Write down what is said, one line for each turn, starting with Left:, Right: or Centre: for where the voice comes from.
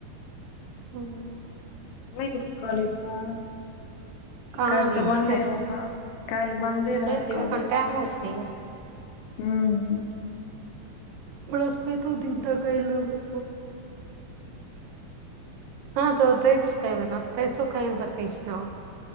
Right: हूं
Left: नै गेलही कॉलज पर
Right: कहाँ
Left: काल्हि
Right: गेलियै
Left: तऽ बन्दे रहत, काल्हि
Right: हूं
Left: बन्दे
Right: चलि
Left: रहा
Right: जेबै
Left: कॉलेज।
Right: एखन टाइमो छै य
Left: हूं हूं
Right: बरसपैतो दिन तक के लगय हँ तऽ तैस कऽ एबै नै तऽ तैसो कऽ अइन सकै छी न